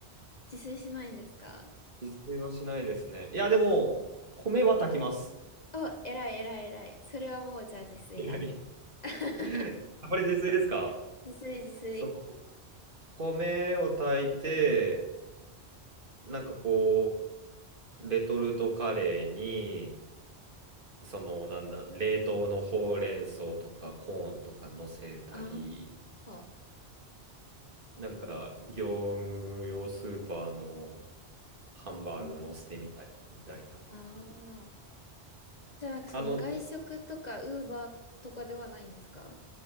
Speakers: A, on the left; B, on the right.
A: 自炊しないんですか
B: 自炊はしないですね。いや、でも、米は炊きます。
A: あ、偉い偉い偉い。それはもう、じゃあ自炊だ。
B: <laughs> えらい
A: <laughs>
B: <laughs> やっぱり自炊ですか
A: 自炊自炊。
B: その、米を炊いて、なんかこう、レトルトカレーに、その、なんだ、冷凍のほうれん草とかコーンとか乗せたり、
A: ああ、
B: なんか、業務用スーパーのハンバーグ乗せてみたりみたいな。
A: うん。ああ。じゃあ、なんかその外食とか、
B: あの、
A: ウーバーとかではないんですか